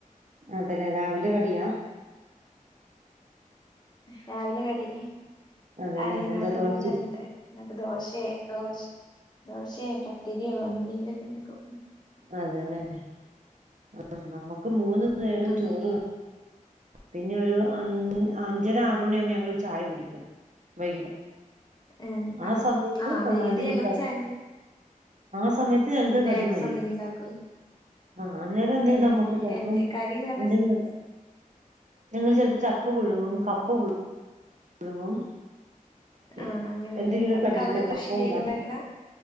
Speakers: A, on the right; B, on the left.
A: അതല്ലേ രാവിലെ കടിയാ
B: രാവിലെ കടി
A: അതെല്ലേ
B: അറുന്നോണ്ട്
A: എന്താ ദോശയും
B: നിങ്ങ അറിയണ്ട എന്ന ദോശയേ ദോശ ദോശയെ പത്തിരിയോ എന്തെങ്കിലുമൊക്കെ എന്തക്കോ
A: അതെല്ലേ ആ നമ്മുക്ക് മൂന്ന് നേരം
B: ആഹ്
A: ചോറ് വ പിന്നെ ഒരു അഞ് അഞ്ചര ആറ മണിയ ആകുമ്പോ ഞങ്ങരു ചായ കുടിക്കും വൈകിട്ട്
B: ഏഹ്
A: ആ
B: ആഹ്
A: സമയത്ത്
B: ആഹ്
A: നമ്മൾ
B: വൈകിട്ട്
A: എന്തെങ്കിലും
B: ഞങ്ങള് ചായ
A: ആ സമയത്ത് ഞങ്
B: സ്നാക്സ്
A: കടിമതി
B: എന്തെങ്കിലും ഉണ്ടാക്കും
A: ആ അന്നേരം എന്തെങ്കിലും
B: ഏഹ്
A: നമ്മുക്ക് ചെലപ്പം
B: എ കടീന്ന് പറഞ്ഞാ
A: എന്തെങ്കിലുംക്ക ങ്ങള്ൾ ചിലപ്പോ ചക്ക പുഴുങ്ങും കപ്പ പുഴുങ്ങും ഴങ്ങും പി
B: ആഹ് അങ്ങനെല്ലേ
A: എന്തെങ്കിലുംക്ക
B: അതൊക്കെ
A: കട
B: അവിടെ കൃഷി
A: അപ്പം
B: ചെയ്തുണ്ടാക്കണ
A: ഉണ്ടാക്കും